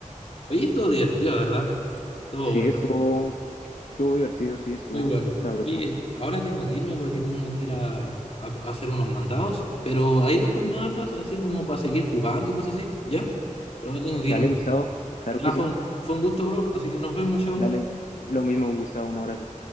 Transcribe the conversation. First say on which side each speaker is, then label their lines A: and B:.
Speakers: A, on the left; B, on the left.
A: Oye, estuvo divertido, ¿verdad? Estuvo
B: Sí,
A: bueno.
B: estuvo, estuvo divertido, sí, estuvo
A: Muy bueno.
B: sabroso.
A: Oye, ahora tengo que irme porque tengo que ir a, a- a hacer unos mandados, pero ahí después me hablas así como para seguir jugando y cosas así, ¿ya? Pero ahora tengo que
B: Dale,
A: irme.
B: Gustavo, claro
A: Ya
B: que sí.
A: fue un, fue un gusto, bro, así que nos vemos, chao.
B: Dale, lo mismo, Gustavo, un abrazo.